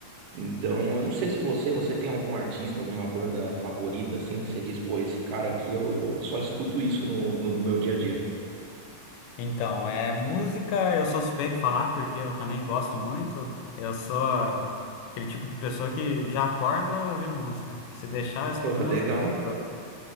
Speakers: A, on the right (about 75°); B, on the left (about 85°).
A: Então, eu não sei se você, você tem algum artista, alguma banda favorita, assim, que você diz, pô, esse cara aqui, eu, eu só escuto isso no, no meu dia a dia.
B: Então, é música, eu sou suspeito de falar porque eu também gosto muito. Eu sou ah, aquele tipo de pessoa que já acorda ouvindo música. Se deixar, eu escuto
A: Pô,
B: música.
A: legal,
B: o tempo
A: cara.
B: todo.